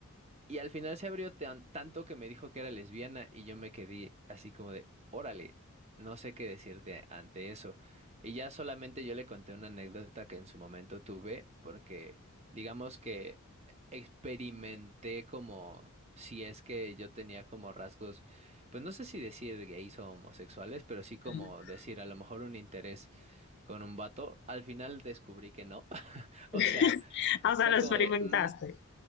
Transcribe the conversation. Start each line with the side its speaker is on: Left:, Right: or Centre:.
Right: Y al final se abrió tan- tanto que me dijo que era lesbiana y yo me quedé así como de, órale, no sé qué decirte ante eso. Y ya solamente yo le conté una anécdota que en su momento tuve, porque digamos que experimenté como si es que yo tenía como rasgos, pues no sé si decir gays o homosexuales, pero sí como
Left: Ajá.
Right: decir a lo mejor un interés con un vato. Al final descubrí que no. <laughs> O
Left: <laughs>
Right: sea,
Left: Ah, O
Right: fue
Left: sea, lo experimentaste.
Right: como de... "Mm,